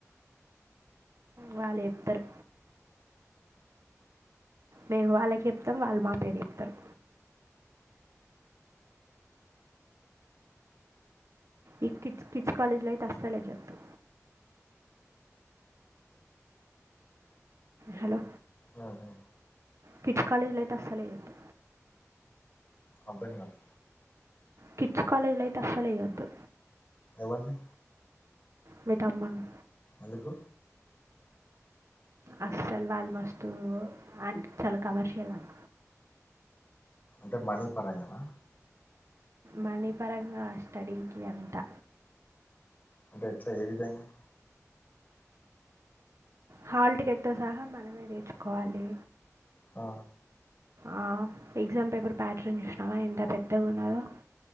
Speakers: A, on the right; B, on the left.
A: వాళ్ళు ఎప్పరు మేము వాళ్ళకి చెప్తాం వాళ్ళు మా పేరు చెప్తారు ఈ కిడ్స్ కిడ్స్ కాలేజ్ లైతే అస్సలెయ్యదు హలో
B: హ్మ్. హ్మ్.
A: కిడ్స్ కాలేజీ లో అయితే అస్సలెయ్యదు
B: అర్థం కాదు
A: కిట్స్ కాలేజ్ లో అయితే అస్సలెయ్యొద్దు
B: ఎవరిని
A: మీ తమ్ముని
B: ఎందుకు
A: అస్సల్ వాల్ మస్తు అండ్ చాలా కమర్షియల్ అన్
B: అంటే మనీ పరంగానా
A: మనీ పరంగా స్టడీకి అంతా
B: అంటే ఎట్లా ఏ విధంగా
A: హాల్ టికెట్తో సహా మనమే తెచ్చుకోవాలి
B: ఆ,
A: ఆ ఎగ్జామ్ పేపర్ ప్యాటర్న్ చూసినావా ఎంత పెద్దగున్నదో